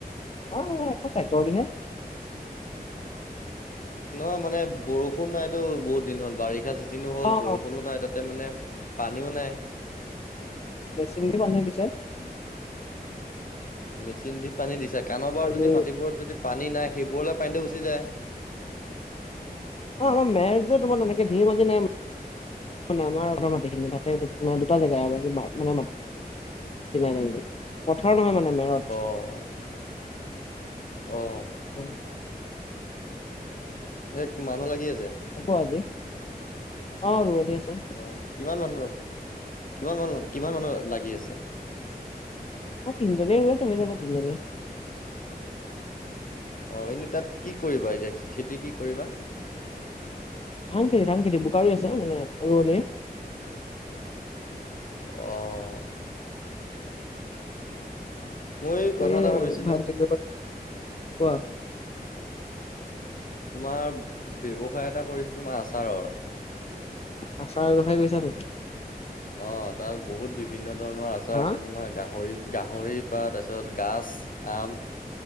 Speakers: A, on the left (about 40°); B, on the left (about 55°).
A: অ' তাই তিহে <unintelligible>
B: উ <unintelligible> নহয় মানে বৰষুণ নাইতো বহুত দিন হ'ল বাৰিষ শ্ষা চিতিনো হ'ল
A: অ',
B: বৰষুণো নাই তাতে মানে পানীও নাই।
A: বেছিণ্ পনীয়া ডিছে।
B: মেচিন দি পানী দিছে কাবাৰ
A: আজি
B: যদি মাটিবোৰত যদি পানী নাই সেইবোৰলৈ পানীটো গুচি যায়।
A: অ' আৰ মেজ যে তোমাৰ এনেকে ধঢিৰ মাতি নাই। মানে আমাৰ আ মাটিখিনি তাতে দুটা জেগা আ মানে মাটি চ পথাৰ নহয় মানে মেৰত।
B: অ', অ'
A: অ'।
B: এক মানুহ লাগি আছে?
A: অজি অ' আছে।
B: অ' কিমান মানুহৰ কিমান মানু কিমান মানুহ লাগি আছে?
A: অ' তিনিনে ৰৰুৈ চ হৈ যাব তিজননে।
B: অ' এনে তাত কি কৰিবা এতিয়া খেতি কি কৰিবা?
A: ধান খেতি ধান খেতি বোকাৰী আছোনে উ ৰোৱণীয়ে।
B: অ' মই কথা
A: এইয়
B: এটা
A: আৰু
B: ভাবিছিলো
A: ভাত দিল কথা কোৱা?
B: তোমাৰ ব্য্ৱসায় এটা কৰিছো তোমাৰ আচাৰৰ
A: আচাৰ ব্যৱসায় কৰিছা তে
B: অ' তাত বহুত বিভিন্ন ধৰণৰ আচাৰ
A: হা
B: আছে তোমাৰ গাহৰি গাহৰিৰ পৰা তাৰপিছত গাজ আম